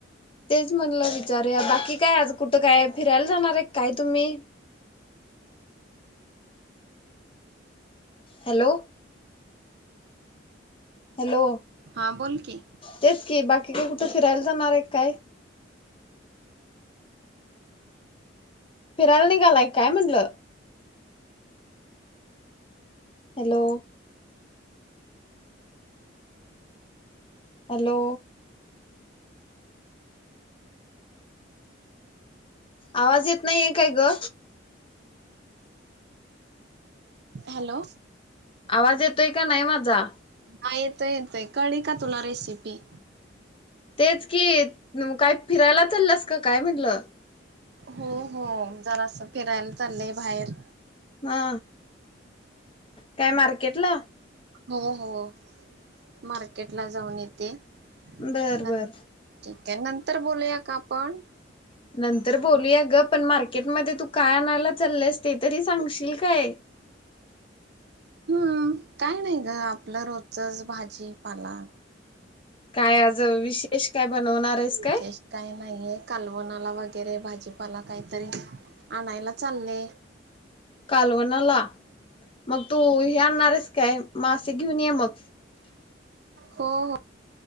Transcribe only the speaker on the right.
हा बोल की
हॅलो
हा येत येतय कळी का तुला रेसिपी
हो, हो जरा असं फिरायला चाललंय बाहेर
हो, हो मार्केट ला जाऊन येते
न
ठीक नंतर बोलूया का आपण?
हम्म काय नाही ग आपलं रोजचच भाजीपालन.
विशेष
नाहीये कालवणाला वगैरे भाजीपाला काहीतरी आणायला चालले.
हो हो